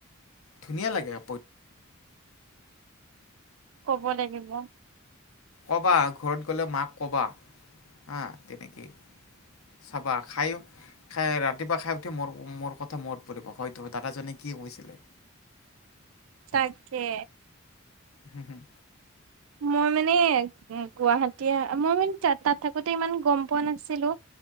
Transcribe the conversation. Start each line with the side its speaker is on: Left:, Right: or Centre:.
Left: ধুনীয়া লাগে
Right: <inaudible> ব লাগিব
Left: কবা, ঘৰত গলে মাক কবা হা, তেনেকেই চাবা খাইও খাই ৰাতিপুৱা খাই উঠি মোৰ, মোৰ কথা মনত পৰিব, হয়তো দাদাজনে কি কৈছিলে।
Right: তাকে।
Left: হম, হম।
Right: মই মানে গুৱাহা এতিয়া মই মানে ত তাত থাকোতে ইমান গম পোৱা নাছিলো,